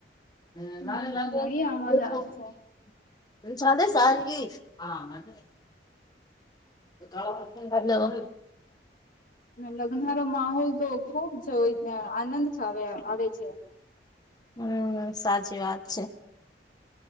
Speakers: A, on the left; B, on the left.
A: <unintelligible>
B: હમ ઘણી અવાજ આ રહી છે.
A: <unintelligible> હાલો.
B: લગ્નનો માહોલ તો ખુબ છે ત્યાં. આનંદ છા આવે છે.
A: હમ. સાચી વાત છે.